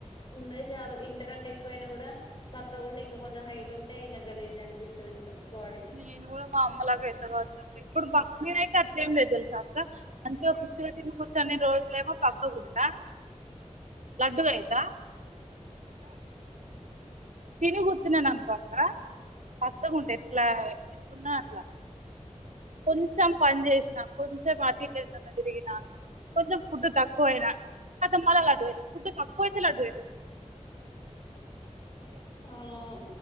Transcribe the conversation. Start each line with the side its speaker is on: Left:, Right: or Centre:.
Left: ఉన్నది చాలు ఇంతకంటే ఎక్కువైనా కూడా బక్క గుండా ఇంకా కొంచెం హైట్ ఉంటే ఇంక గలీజ్ గాఅనిపిస్తాం ఇంకా బాడీ
Right: నేను కూడా మా అమ్మలాగా అవుత గావచ్చు వచ్చప్ప ఇప్పుడు భక్తి అయితే అట్లే ఏం లేదు తెలుసా క్క మంచిగా పుష్టిగా తిని కూర్చుని రోజులేమో పక్కగుంటా లడ్డుగాయితా తిని కూర్చున్నాను అనుకో పక్కకుంటే ఎట్లా
Left: ఆ
Right: ఎన్నా అట్లా కొ కొంచెం పని చేసిన కొంచెం అటు తిరిగిన కొంచెం ఫుడ్ తక్కువ అయినా అది మళ లడు ఫుడ్ తక్కువ అైతే లడ్డుగవుతు
Left: అవునా